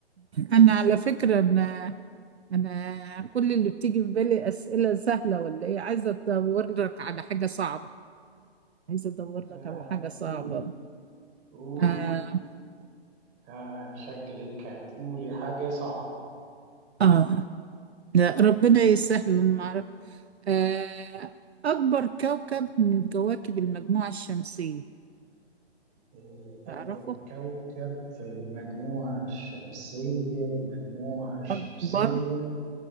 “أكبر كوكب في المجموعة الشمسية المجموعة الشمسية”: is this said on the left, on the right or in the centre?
Right